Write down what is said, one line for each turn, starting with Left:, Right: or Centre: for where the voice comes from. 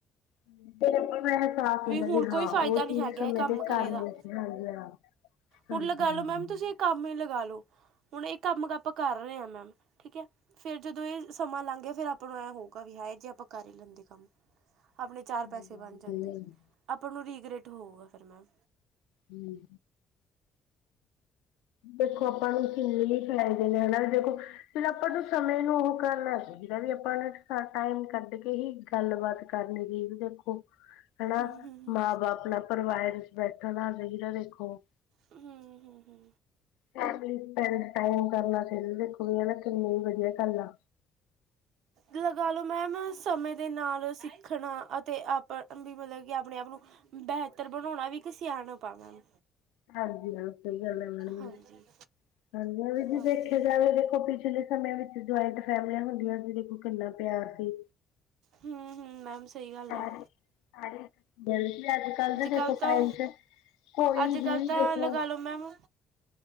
Left: ਹੂੰ ਵੇਲੇ ਪਰ ਇਹ ਅਹਿਸਾਸ ਹੁੰਦਾ
Right: ਹੁਣ
Left: ਵੀ
Right: ਕੋਈ
Left: ਹਾਂ
Right: ਫਾਇਦਾ
Left: ਉਹ
Right: ਨੀ
Left: ਚੀਜ਼
Right: ਹੈਗਾ
Left: ਸਮੇਂ
Right: ਇਹ ਕੰਮ
Left: ਤੇ
Right: ਕਰੇ
Left: ਕਰਨ
Right: ਦਾ
Left: ਲੱਗੇ, ਹਾਂਜੀ ਹਾਂ ਹਾਂਜੀ
Right: ਹੁਣ ਲਗਾ
Left: ਹਾਂ।
Right: ਲਓ ਮੈਮ ਤੁਸੀਂ ਇਹ ਕੰਮ ਹੀ ਲਗਾਾ ਲੋ ਹੁਣ ਇਹ ਕੰਮ ਆਪਾਂ ਕਰ ਰਹੇ ਹਾਂ ਮੈਮ ਠੀਕ ਐ। ਫੇਰ ਜਦੋਂ ਇਹ ਸਮਾਂ ਲੰਘ ਗਿਆ, ਫੇਰ ਆਪਾਂ ਨੂੰ ਐ ਹੋਊਗਾ ਵੀ ਹਾ ਜੇ ਆਪਾਂ ਕਰ ਹੀ ਲੈਂਦੇ ਕੰਮ। ਆਪਣੇ ਚਾਰ ਪੈਸੇ
Left: ਹਾਂਜੀ
Right: ਬਣ ਜਾਂਦੇ ਆਪਾਂ ਨੂੰ ਰੀਗ੍ਰੈਟ ਹੋਊਗਾ ਫਿਰ ਮੈਮ।
Left: ਹੂੰ। ਦੇਖੋ ਆਪਾਂ ਨੂੰ ਕਿੰਨੇ ਹੀ ਫਾਇਦੇ ਨੇ ਹਨਾ, ਦੇਖੋ ਫਿਰ ਆਪਾਂ
Right: ਪਾਸਵਰਡ
Left: ਨੂੰ ਸਮੇਂ ਨੂੰ ਉਹ ਕਰਨਾ ਚੀਏ ਜਦੀ ਆਪਾਂ ਅਲੱਗ ਸਾ ਹੀ ਟਾਈਮ ਕੱਢ ਕੇ ਹੀ ਗੱਲਬਾਤ ਕਰਨ ਦੀ ਜਰੁ ਹੁ, ਹਨਾ
Right: ਹਮ ਹਮ ਹਮ
Left: ਮਾਂ ਬਾਪ ਆਪਣਾ ਪਰਿਵਾਰ ਵਿੱਚ ਬੈਠਣਾ ਚਾਹੀਦਾ ਦੇਖੋ।
Right: ਹੂ ਹੂ ਹੂ
Left: ਫੈਮਲੀ ਚ ਟਾਈਮ ਸਪੈਂਡ ਕਰਨਾ ਸੁ ਦੇਖੋ ਵੀ ਹਨਾ ਕਿੰਨੀ ਵਧੀਆ ਗੱਲ ਆ।
Right: ਨਾਲ ਲਗਾ ਲਓ ਮੈਮ ਸਮੇਂ ਦੇ ਨਾਲ ਸਿੱਖਣਾ ਅਤੇ ਆਪ ਵੀ ਮਤਲਬ ਕਿ ਆਪਣੇ ਆਪ ਨੂੰ ਬੇਹਤਰ ਬਣਾਣਾ ਵੀ ਕਿਸ ਸਿਆਨਪ ਐ ਮੈਮ।
Left: ਹਾਂਜੀ ਹਾਂ ਸਹੀ ਗੱਲ ਐ ਮੈਮ
Right: ਹਾਂਜੀ
Left: ਹਾਂਜੀ, ਵੀ
Right: ਹਾਂਜੀ
Left: ਦੇਖਿਆ ਜਾਵੇ ਦੇਖੋ ਪਿਛਲੇ ਸਮੇਆਂ ਵਿੱਚ ਜੁਆਇੰਟ ਫੈਮਲੀਆਂ ਹੁੰਦੀਆਂ ਸੀ, ਦੇਖੋ ਕਿੰਨਾ ਪਿਆਰ ਸੀ।
Right: ਹੂ ਹੂ, ਮੈਮ ਸਹੀ ਗੱਲ
Left: ਸਾਰੇ
Right: ਆ
Left: ਸਾਰੇ ਬਲਕਿ ਅੱਜ ਕੱਲ ਦੇ ਦੇਖੋ
Right: ਕੱਲ੍ਹ ਤਾਂ
Left: ਟਾਈਮ ਚ ਕੋਈ
Right: ਅੱਜ
Left: ਹੀ
Right: ਕੱਲ੍ਹ ਤਾਂ
Left: ਦੇਖੋ
Right: ਲਗਾ ਲਓ ਮੈਮ